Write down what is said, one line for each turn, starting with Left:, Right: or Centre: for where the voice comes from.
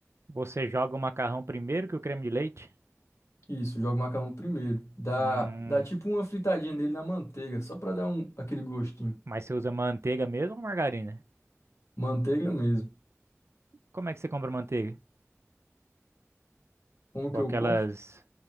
Right: Você joga o macarrão primeiro que o creme de leite?
Left: Isso, joga o macarrão primeiro. Dá,
Right: Hum.
Left: dá tipo uma fritadinha nele na manteiga, só pra dar um, aquele gostinho.
Right: Mas você usa manteiga mesmo ou margarina?
Left: Manteiga mesmo.
Right: Como é que você compra manteiga?
Left: Como
Right: Com
Left: que
Right: aquelas
Left: eu compro?